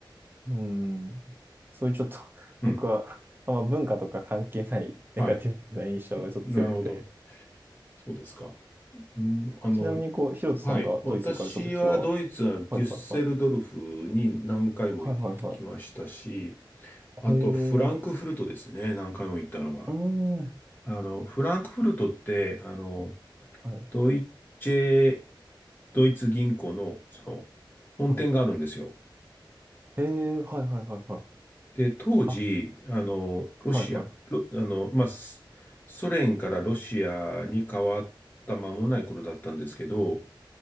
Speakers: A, on the right (about 25°); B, on the left (about 25°).
A: うん。そういうちょっと、
B: うん。
A: 僕は、あんま文化とか関係ないネガティブな印象がちょっと強くて。
B: はい。んなるほど。そうですか。うん、あの、
A: ちなみに、こう、ヒロトさんがドイツ行かれたときは、
B: はい。私はドイツはデュッセルドルフに何回も行きましたし、
A: はいはいはい。はいはいは
B: あと、
A: い。へえ、う
B: フランクフルトですね。何回も行ったのが。
A: ーん。は
B: あの、フランクフルトって、あの、
A: い
B: ドイツェ、ドイツ銀行の、その、本店があるんですよ。
A: はい。へえ、はいはいはいはい。
B: で、当時、
A: あ、
B: あの、ロシア、
A: はいはい。
B: ロあの、まあ、スソ連からロシアに変わった間もない頃だったんですけど、